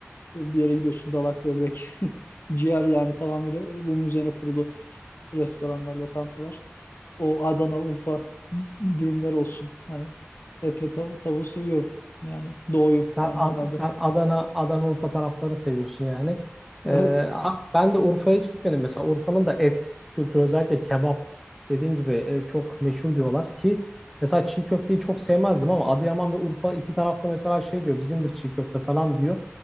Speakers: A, on the left; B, in the centre.
A: e, bir yere gidiyorsun dalak böbrek <laughs> ciğer yani tamamıyla e, bunun üzerine kurulu restoranlar, lokantalar. O Adana, Urfa dürümler olsun. Hani et ve tav tavuğu seviyorum. Yani doğuyu
B: Sen,
A: ben
B: Ad-
A: de herhalde.
B: sen Adana, Adana Urfa taraflarını seviyorsun yani.
A: <laughs>
B: Ee, abi ben de Urfa'ya hiç gitmedim mesela. Urfa'nın da et kültürü özellikle kebap dediğin gibi e, çok meşhur diyorlar ki mesela çiğ köfteyi çok sevmezdim ama Adıyaman ve Urfa iki tarafta mesela şey diyor bizimdir çiğ köfte falan diyor.